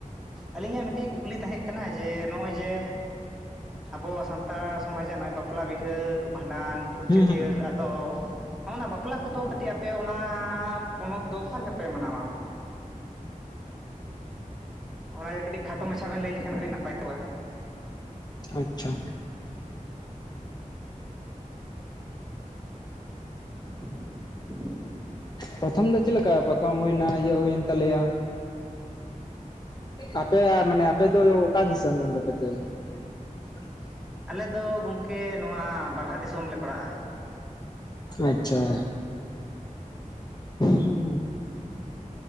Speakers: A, in the centre; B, on the left.
A: ᱟᱞᱤᱧᱟᱜ ᱢᱤᱫᱴᱤᱡ ᱠᱩᱠᱞᱤ ᱛᱟᱦᱮᱸ ᱠᱟᱱᱟ ᱡᱮ ᱱᱚᱜᱼᱚᱭ ᱡᱮ ᱟᱵᱚ ᱥᱟᱱᱛᱟᱲ ᱥᱚᱢᱟᱡᱟᱜ ᱱᱚᱜᱼᱚᱭ ᱵᱟᱯᱞᱟ ᱵᱤᱦᱟᱹ ᱵᱷᱟᱸᱰᱟᱱ ᱪᱷᱩᱛ
B: ᱦᱩᱸ
A: ᱪᱷᱟᱹᱴᱭᱟᱹᱨ
B: ᱦᱩᱸ
A: ᱫᱚ ᱱᱚᱜᱚᱼᱱᱟ ᱵᱟᱯᱞᱟ ᱠᱚᱫᱚ ᱠᱟᱹᱴᱤᱡ ᱟᱯᱮ ᱚᱱᱟ ᱯᱚᱱᱚᱛ ᱫᱚ ᱚᱠᱟ ᱞᱮᱠᱟ ᱯᱮ ᱢᱟᱱᱟᱣᱟ? ᱚᱱᱟᱜᱮ ᱠᱟᱴᱤᱡ ᱠᱷᱟᱴᱚ ᱢᱟᱪᱷᱟ ᱵᱮᱱ ᱞᱟᱹᱭ ᱞᱮᱠᱷᱟᱱ ᱠᱟᱹᱴᱤᱡ ᱱᱟᱯᱟᱭ ᱠᱚᱜᱼᱟ᱾
B: ᱟᱪᱪᱷᱟ᱾
A: <unintelligible>
B: ᱯᱨᱚᱛᱷᱚᱢ ᱫᱚ ᱪᱮᱫ ᱞᱮᱠᱟ ᱯᱨᱚᱛᱷᱚᱢ ᱦᱩᱭᱮᱱᱟ ᱤᱭᱟᱹ ᱦᱩᱭᱮᱱ ᱛᱟᱞᱮᱭᱟ ᱟᱯᱮᱭᱟᱜ ᱢᱟᱱᱮ ᱟᱯᱮ ᱫᱚ ᱚᱠᱟ ᱫᱤᱥᱟᱹᱢ ᱠᱟᱱ ᱛᱟᱯᱮ ᱛᱮ? <unintelligible>
A: ᱟᱞᱮᱫᱚ ᱜᱚᱝᱠᱮ ᱱᱚᱣᱟ ᱵᱟᱨᱦᱟ ᱫᱤᱥᱚᱢᱞᱮ ᱯᱟᱲᱟᱜᱼᱟ᱾
B: ᱟᱪᱪᱷᱟ ᱦᱩᱸ᱾